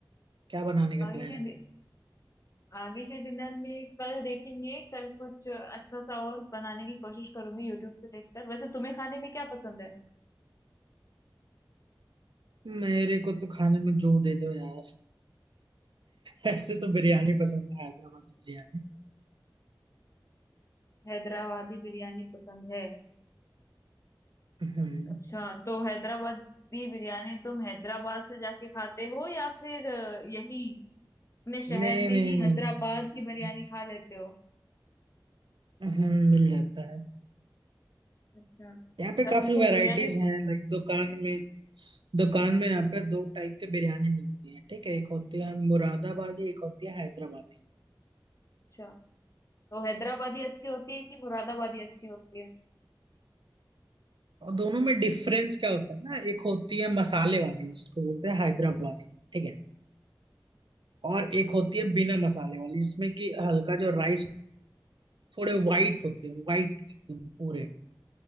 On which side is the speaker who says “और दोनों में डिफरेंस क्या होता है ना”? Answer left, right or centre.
Right